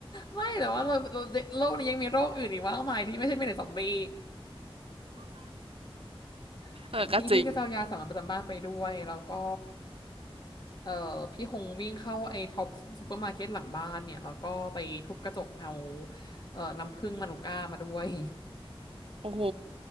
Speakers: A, on the left; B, on the right.
A: ไม่แต่ว่าเราเราโลกนี้ยังมีโรคอื่นอีกมากมายที่ไม่ใช่มีแต่ซอมบี้ <laughs>
B: เออก็จริง
A: พี่พี่ก็จะเอายาสามัญประจำบ้านไปด้วยแล้วก็ เอ่อพี่หงวิ่งเข้าไอ้ท็อปซูเปอร์มาร์เก็ตหลังบ้านเนี่ยแล้วก็ไปทุบกระจกเอาเอ่อน้ำผึ้งมานูก้ามาด้วย
B: โอ้โห